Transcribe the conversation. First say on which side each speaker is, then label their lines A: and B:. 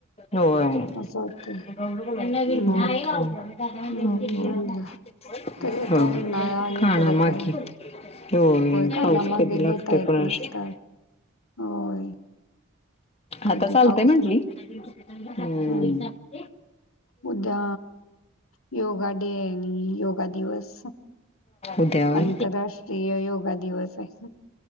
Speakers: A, on the left (about 30°); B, on the left (about 80°).
A: होय.
B: असं होतंय.
A: <unintelligible>
B: मग म्हणून म्हणलं तरी आता
A: हा
B: उन्हाळा आणि
A: खाणा
B: कडक
A: माघी.
B: आहे
A: होय,
B: कानामागे
A: पाऊसं कधी
B: घेता
A: लागतोय
B: येत
A: कुणास
B: नसतात
A: ठाऊक.
B: होय. कधी
A: आता चालतय
B: पाऊस
A: म्हंटली,
B: लाग
A: हम्
B: हम्म उद्या योगा डे आहे आणि योगा दिवस.
A: उद्या होय
B: आंतरराष्ट्रीय योगा दिवस आहे.